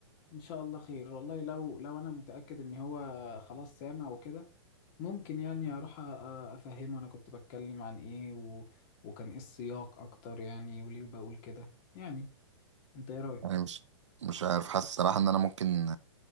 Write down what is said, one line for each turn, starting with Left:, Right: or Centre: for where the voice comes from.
Left: ان شاء الله خير والله لو لو انا متاكد ان هو خلاص سامع وكده ممكن يعني اروح أ- افهمه انا كنت بتكلم عن ايه و... وكان ايه السياق اكتر يعني وليه بقول كده يعني انت ايه رايك
Right: يعني مش مش عارف حاسس صراحة ان انا ممكن